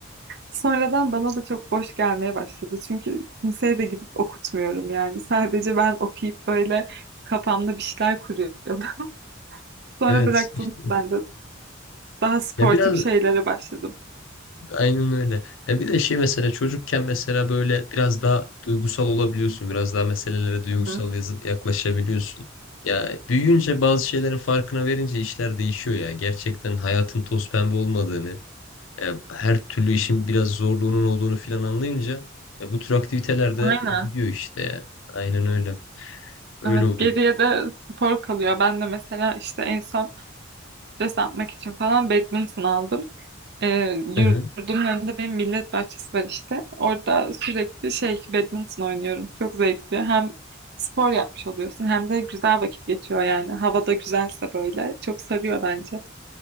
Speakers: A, on the right (about 55°); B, on the left (about 75°).
A: Sonradan bana da çok boş gelmeye başladı. Çünkü kimseye de gidip okutmuyorum yani. Sadece ben okuyup böyle kafamda bir şeyler kuruyordum. <laughs> Sonra
B: Evet.
A: bıraktım
B: işte.
A: ben de. Daha sportif
B: Ya biraz
A: şeylere başladım.
B: Aynen öyle. Ya bir de şey mesela çocukken mesela böyle biraz daha duygusal olabiliyorsun. Biraz daha meselelere duygusal
A: Hı hı.
B: yaz- yaklaşabiliyorsun. Ya büyüyünce bazı şeylerin farkına verince işler değişiyor ya. Gerçekten hayatın toz pembe olmadığını, e, her türlü işin biraz zorluğunun olduğunu filan anlayınca e, bu tür aktiviteler de
A: Aynen.
B: gidiyor işte ya. Aynen öyle. Öyle
A: Evet
B: oluyor.
A: geriye de spor kalıyor. Ben de mesela işte en son stres atmak için falan badminton aldım. Ee, yurdumun
B: Hı hı.
A: önünde benim millet bahçesi var işte. Orada sürekli şey badminton oynuyorum. Çok zevkli. Hem spor yapmış oluyorsun hem de güzel vakit geçiyor yani. Hava da güzelse böyle çok sarıyor bence.